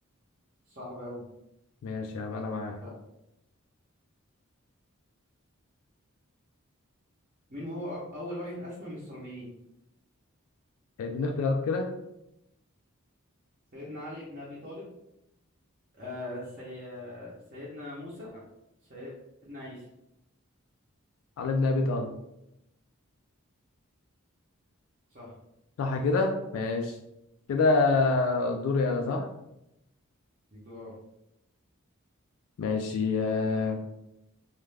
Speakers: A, on the right (about 40°); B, on the left (about 75°).
A: صعب أوي
B: ماشي يا عم انا معاك
A: لا، مين هو أق... أول واحد أسلم من الصليبيين
B: طيب اديني اختيارات كده
A: سيدنا علي بن أبي طالب آه سي... سيدنا موسى سيدنا عيسى
B: على ابن ابي طالب
A: صح
B: صح كده ماشي كده
A: مظبوط
B: دوري انا صح
A: مظبوط.
B: ماشي آه،